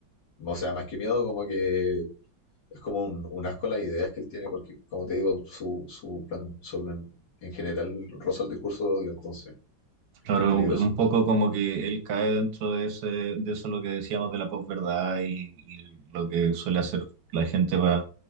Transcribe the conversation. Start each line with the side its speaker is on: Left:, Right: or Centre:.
Left: O sea, más que miedo, como que es como un, un asco las ideas que él tiene, porque como te digo, su, su plan, su plan en general roza el discurso de odio, entonces
Right: Claro,
Left: es peligroso,
Right: un poco como que él cae dentro de ese, de eso lo que decíamos de la posverdad y, y lo que suele hacer la gente para